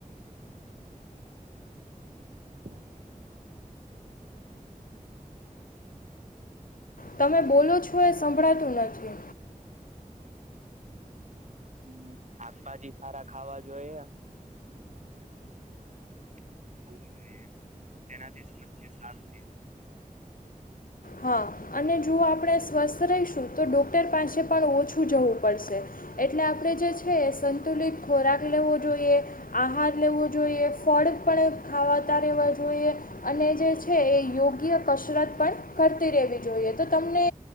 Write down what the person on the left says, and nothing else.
તમે બોલો છો એ સંભળાતું નથી.
હા અને જો આપણે સ્વસ્થ રહીશું. તો ડૉક્ટર પાસે પણ ઓછું જવું પડશે. એટલે આપડે જે છે સંતુલિત ખોરાક લેવો જોઈએ. આહાર લેવો જોઈએ ફળ પણ ખાવાતા રહેેવા જોઈએ અને જે છે એ યોગ્ય કસરત પણ કરતી રહેવી જોઈએ. તો તમને